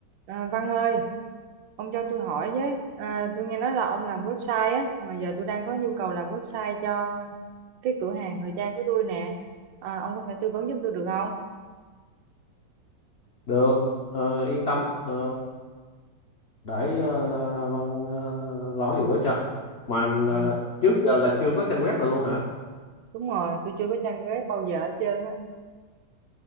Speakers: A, on the right; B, on the left.
A: À, Văn ơi, ông cho tôi hỏi với. À, tôi nghe nói là ông làm website á, mà giờ tôi đang có nhu cầu làm website cho cái cửa hàng thời trang của tôi nè. À, ông có thể tư vấn giúp tôi được không?
B: được ờ, yên tâm ờ, để ờ, là Văn ờ, lo vụ đó cho mà
A: Ừ,
B: ờ, trước giờ là chưa có trang web nào luôn hả
A: đúng rồi, tôi chưa có trang web bao giờ hết trơn á.